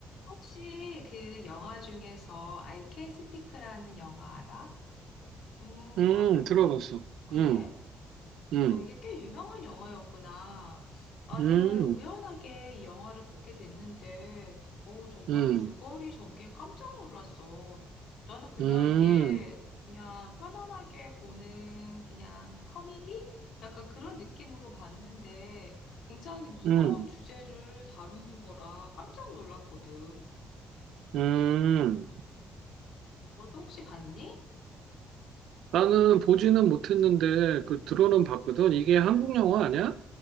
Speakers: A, on the left (about 70°); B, on the right (about 80°).
A: 혹시 그 영화 중에서 I Can Speak라는 영화 알아? 음,
B: 음,
A: 나는
B: 들어봤어.
A: 그래?
B: 음, 음,
A: 어, 이게 꽤 유명한 영화였구나. 나는
B: 음,
A: 우연하게 이 영화를 보게 됐는데, 어, 정말
B: 음,
A: 줄거리 전개에 깜짝 놀랐어. 나는 그냥
B: 음,
A: 이게 그냥 편안하게 보는 그냥 커미디? 약간 그런 느낌으로 봤는데, 굉장히 무거운
B: 음,
A: 주제를 다루는 거라 깜짝 놀랐거든.
B: 음.
A: 너도 혹시 봤니?
B: 나는 보지는 못했는데 그 들어는 봤거든. 이게 한국 영화 아니야?